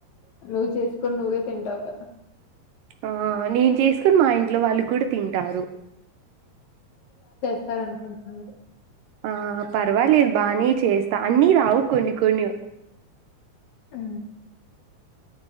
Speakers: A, on the left; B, on the right.
A: నువ్వు చేసుకొని నువ్వే తింటావు కద
B: ఆ నేను చేసుకొని మా ఇంట్లో వాళ్ళు కూడ తింటారు
A: సార్ అనుకుంటున్న
B: ఆ పర్వాలేదు బానే చేస్తా అన్ని రావు కొన్ని కొన్ని
A: ఊ